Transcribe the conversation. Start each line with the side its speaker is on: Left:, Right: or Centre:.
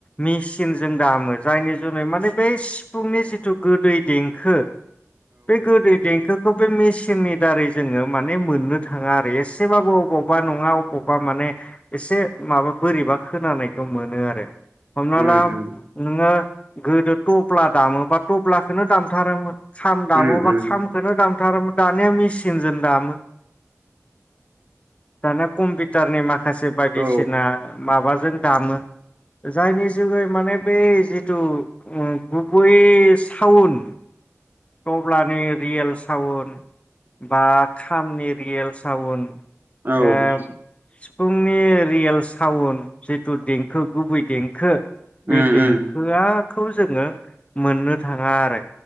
Left: मेसिन जों दामो जायनि जुनै माने बेै सिफुंनि जिथु गोदै देंखो बे गोदै देंखोखौ बे मेसिननि दारै जोङो माने मोन्नो थाङा आरो एसेबाबो अबावबा नङा अबावबा माने एसे माबा बोरैबा खोनानायखौ मोनो आरो हमनााल
Right: उम उम
Left: नोङो गोदो थब्ला दामोबा थब्लाखौनो दामथारोमोन खाम दामोबा
Right: उम उम
Left: खामखौनो दामथारोमोन दानिया मेसिन सिनजों दामो दाना कम्पिउटारनि मान माखासे बायदिसिना
Right: औ
Left: माबा जों दामो जायनि जु माने बे जे जि गुबय सावन तब्लानि रियेल साउन बा खामनि रियेल सावन
Right: औ
Left: ए <unintelligible>
Right: उम
Left: फुंनि रियेल साउन जितु देंखो गुबै देंखो
Right: उम
Left: बे देंखोआ खौ जोङो मोननो थाङा आरो।